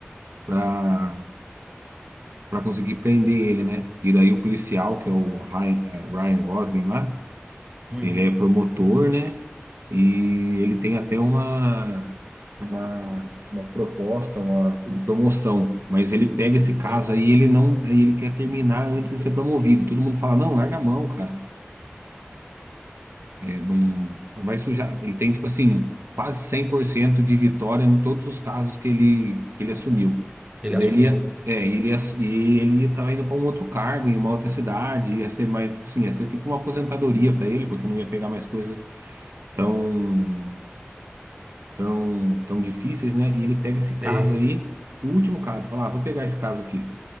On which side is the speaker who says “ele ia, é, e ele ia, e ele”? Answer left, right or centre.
Right